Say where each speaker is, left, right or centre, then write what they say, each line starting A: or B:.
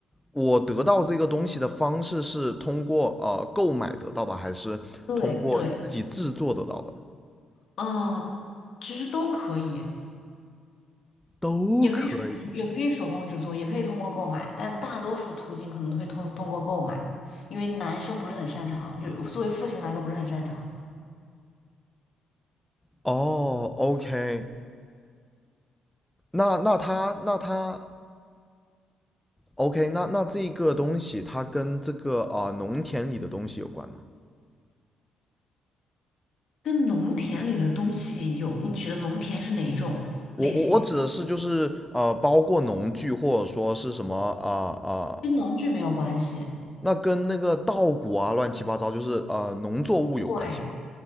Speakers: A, in the centre; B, on the left (about 60°).
A: 我得到这个东西的方式是通过呃购买得到的，还是通过自己制作得到的？
B: 对对，嗯，其实都可以。
A: 都可以。
B: 也可以手工，也可以手工制作，也可以通过购买，但大多数途径可能会通通过购买，因为男生不是很擅长，就是作为父亲来说不是很擅长。
A: 哦，OK，那那它那它 OK，那那这个东西它跟这个啊、呃农田里的东西有关吗？
B: 跟农田里的东西有，你指的农田是哪一种类型的？
A: 我我我指的是就是呃包括农具或者说是什么啊啊、呃呃
B: 跟农具没有关系，
A: 那跟那个稻谷啊乱七八糟就是呃农作物有关系吗？
B: 会，